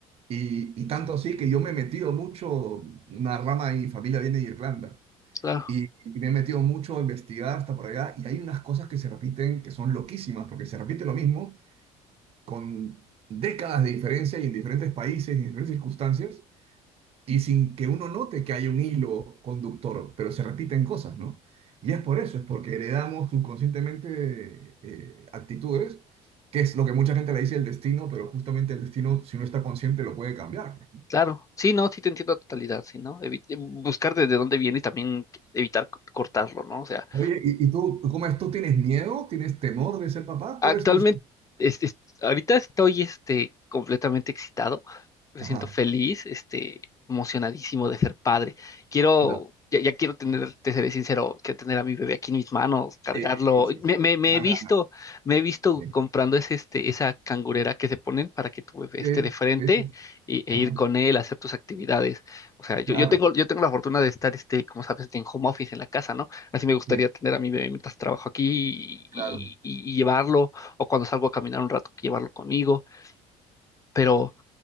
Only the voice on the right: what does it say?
Y, y tanto así que yo me he metido mucho, una rama de mi familia viene de Irlanda.
Y, y me he metido mucho a investigar hasta por allá y hay unas cosas que se repiten que son loquísimas, porque se repite lo mismo con décadas de diferencia y en diferentes países y en diferentes circunstancias y sin que uno note que hay un hilo conductor, pero se repiten cosas, ¿no? Y es por eso, es porque heredamos subconscientemente eh, actitudes, que es lo que mucha gente le dice el destino, pero justamente el destino, si uno está consciente, lo puede cambiar.
Oye, ¿y, y tú, cómo es? ¿Tú tienes miedo? ¿Tienes temor de ser papá?
¿Cuál es tu...
Ajá.
claro.
Sí, sí, sí,
sí.
Dan
ganas.
Sí,
sí,
sí, sí.
Ajá.
Claro,
sí,
claro.